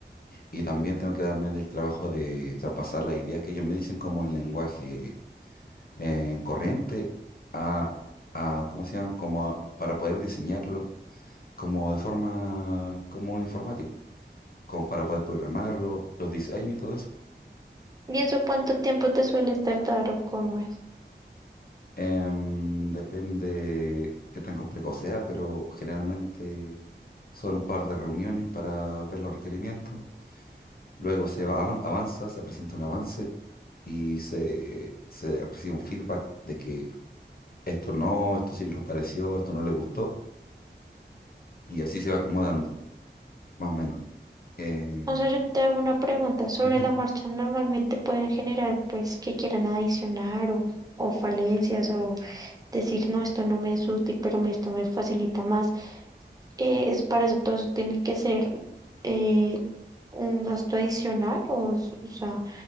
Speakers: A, on the left; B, on the right.
A: Y también tengo que darme del trabajo de traspasar las ideas que ellos me dicen como en lenguaje em, corriente a, a, ¿cómo se llama? Como a- para poder diseñarlo como de forma, como un informático, como para poder programarlo, los diseños y todo eso.
B: ¿Y eso cuánto tiempo te suele tardar o cómo es?
A: Em, depende qué tan complejo sea, pero generalmente son un par de reuniones para ver los requerimientos. Luego se va- avan- avanza, se presenta un avance y se, se recibe un feedback de que esto no, esto sí nos pareció, esto no le gustó. Y así se va acomodando, más o menos. Eh,
B: O sea, yo te hago una pregunta. Sobre
A: ujú.
B: la marcha, normalmente pueden generar, pues, que quieran adicionar o, o falencias o decir, no, esto no me es útil, pero me- esto me facilita más. Eh, es para eso, todo eso tiene que ser eh, un gasto adicional o, s- o sea,